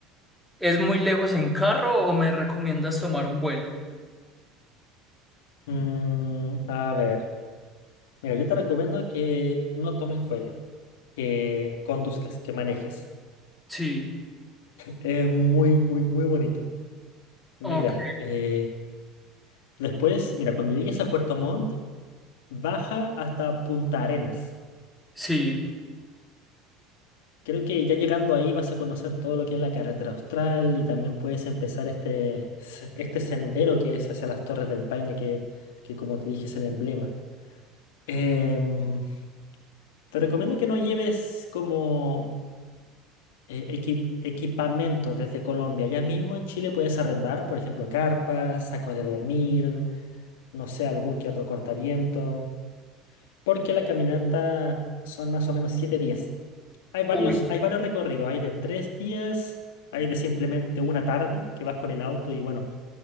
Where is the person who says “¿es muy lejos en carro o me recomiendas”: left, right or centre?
Centre